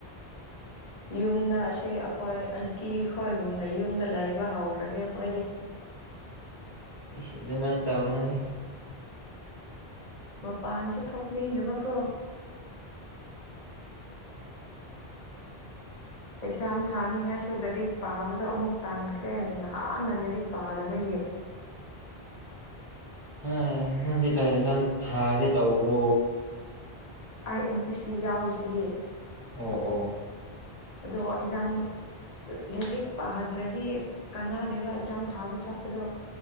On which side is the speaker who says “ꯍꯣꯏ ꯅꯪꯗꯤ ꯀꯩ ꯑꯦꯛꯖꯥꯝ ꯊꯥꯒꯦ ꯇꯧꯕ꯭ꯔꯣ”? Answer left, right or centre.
Left